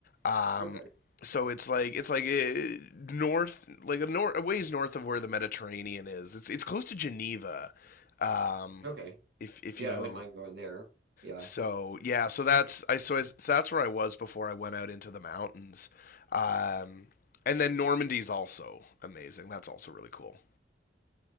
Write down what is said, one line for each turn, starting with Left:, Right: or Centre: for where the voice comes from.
Left: Um,
Right: Okay.
Left: so it's like it's like uh north, like a, nor- a ways north of where the Mediterranean is. It's it's close to Geneva, um,
Right: Okay.
Left: if if
Right: Yeah,
Left: you know.
Right: I wouldn't mind going there. Yeah.
Left: So yeah, so that's I so, I so that's where I was before I went out into the mountains, um, and then Normandy's also amazing. That's also really cool.